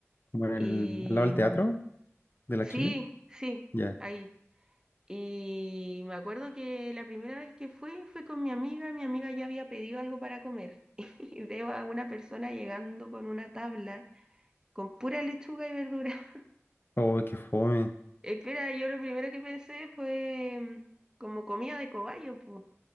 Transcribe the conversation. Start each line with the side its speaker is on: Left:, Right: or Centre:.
Left: Como en
Right: Y
Left: el, al lado del
Right: mm,
Left: teatro de la
Right: sí,
Left: Chile.
Right: sí,
Left: Ya.
Right: ahí. Y me acuerdo que la primera vez que fui, fui con mi amiga, mi amiga ya había pedido algo para comer. <laughs> Y veo a una persona llegando con una tabla con pura lechuga y verdura. <laughs>
Left: Oh, qué fome.
Right: Espera, yo lo primero que pensé fue mm, como comida de cobayo, pues,